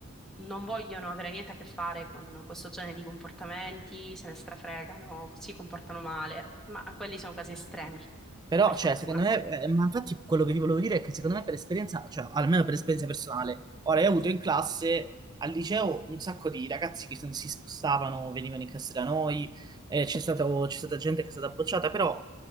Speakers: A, in the centre; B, on the right (about 20°).
A: non vogliono avere niente a che fare con questo genere di comportamenti, se ne strafregano, si comportano male, ma quelli sono casi estremi,
B: Però,
A: per
B: cioè,
A: fortuna.
B: secondo me, eh, ma infatti quello che ti volevo dire è che secondo me per esperienza, cioè almeno per esperienza personale, ora io ho avuto in classe, al liceo, un sacco di ragazzi che se- si spostavano, venivano in classe da noi, eh, c'è stato- c'è stata gente che è stata bocciata, però